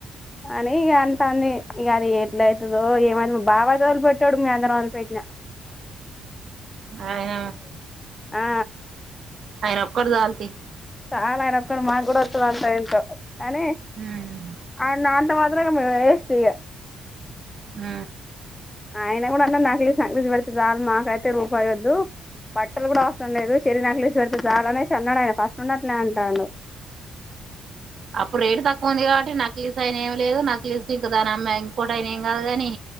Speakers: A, on the left (about 15°); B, on the right (about 55°).
A: అని ఇగ అంటంది ఇగ అది ఎట్ల అవుతదో ఏమను బావ తొలిపియేటోడు. మీ అందర వొదలిపెట్న
B: ఆయన
A: ఆ ఆ ఆ
B: ఆయన ఒక్కడు జాల్తీ
A: చాలా అయినాక్కడు. మా గూడా వాతది అలా టైల్సు ఏంట కానీ
B: తీ
A: ఆర్నన్ తావంద్రం ఇంగా వెస్ట్ చేయ
B: హు
A: ఆయన కూడా అన్నాడు. నక్లీస్ నక్లీస్ పెడితే సాలు మకైతే రూపాయోందు. బట్టలు కూడా అవసరం లేదు. చెరి నక్లేస్ పెడితే జాల్ అనేసి అన్నాడు. ఆయన ఫస్ట్ ఉన్నట్లే అంటుండు.
B: అప్పుడు రేటు తక్కువ ఉంది. కాబట్టి నక్లీస్ అయిన ఏం లేదు నక్లీస్ ఇంకా ధనమ్మ ఇంకోటైనా అయినా ఏం కాదు గాని